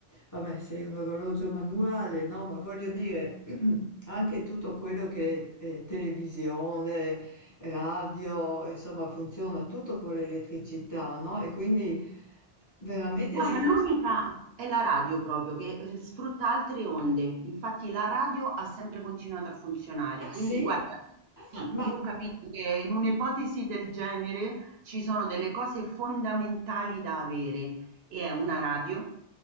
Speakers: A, on the left (about 20°); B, on the right (about 70°).
A: vabbè, se hai un orologio manuale, no? Ma voglio dire, <clears throat> anche tutto quello che è televisione, radio, insomma, funziona tutto con l'elettricità, no? E quindi veramente
B: Guarda,
A: sì.
B: l'unica è la radio proprio, che eh, sfrutta altre onde. Infatti la radio ha sempre continuato a funzionare.
A: Ah
B: Quindi,
A: sì?
B: guarda,
A: Ah,
B: sì,
A: ma,
B: io ho capito che in un'ipotesi del genere ci sono delle cose fondamentali da avere, e è una radio,